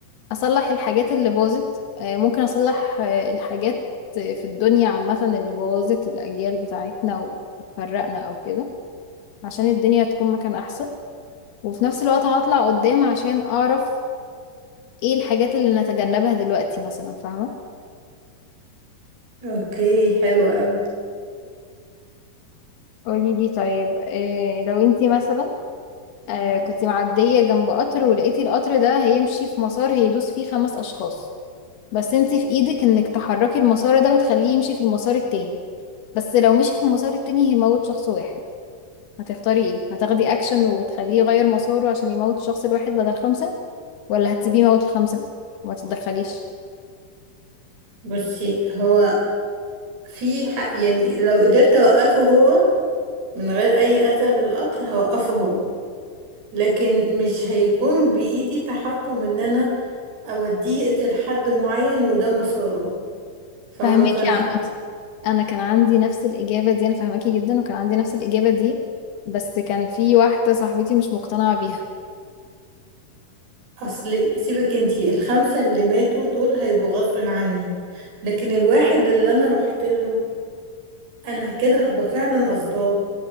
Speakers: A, on the left; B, on the right.
A: اصلح الحاجات اللي باظت آه، ممكن اصلح آه، الحاجات آه، في الدنيا عامة اللي بوظت الاجيال بتاعتنا وفرقنا او كده عشان الدنيا تكون مكان احسن وفي نفس الوقت هطلع قدام عشان اعرف ايه الحاجات اللي نتجنبها دلوقتي مثلا فاهمة
B: اوكي حلو قوي
A: قولي لي طيب إيه لو انتي مثلا آه كنتي معدية جنب قطر ولقيتي القطر ده هيمشي في مسار هيدوس فيه خمس اشخاص بس انتي في ايدك انك تحركي المسار ده وتخليه يمشي في المسار التاني بس لو مشي في المسار التاني هيموت شخص واحد هتختاري ايه هتاخدي اكشن وتخليه يغير مساره عشان يموت الشخص الواحد بدل خمسة ولا هتسيبيه يموت الخمسة وما تتدخليش
B: بصي هو في حق يعني لو قدرت اوقفه هو من غير اي اذى للقطر هوقفه هو لكن مش هيكون بايدي تحكم ان انا اوديه يقتل حد معين وده مساره فاهمة
A: فهميكي
B: فانا
A: يا عم انا كان عندي نفس الاجابه دي انا فاهماكي جدا وكان عندي نفس الاجابه دي بس كان في واحده صاحبتي مش مقتنعه بيها
B: اصل سيبك انتي الخمسة اللي ماتوا دول هيبقوا غصب عني لكن الواحد اللي انا رحت له انا كده هبقى فعلا قصداه